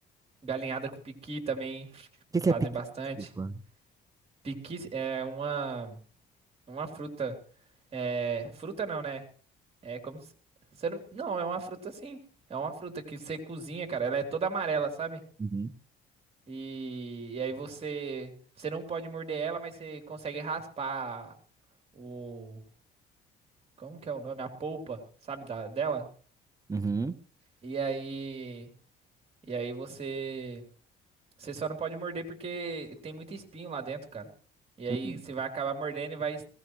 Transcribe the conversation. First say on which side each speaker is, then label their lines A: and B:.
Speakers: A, on the right; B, on the right.
A: Galinhada com piqui também
B: O que que
A: fazem
B: é piqui?
A: bastante.
B: Desculpa.
A: Piqui é uma, uma fruta. É, fruta não, né? É como se. se eu não, não, é uma fruta sim. É uma fruta que você cozinha, cara. Ela é toda amarela, sabe?
B: Uhum.
A: E, e aí você. Você não pode morder ela, mas você consegue raspar o. Como que é o nome? A polpa, sabe? Da, dela.
B: Uhum.
A: E aí. E aí você. Você só não pode morder porque tem muito espinho lá dentro, cara. E aí
B: Hum.
A: você vai acabar mordendo e vai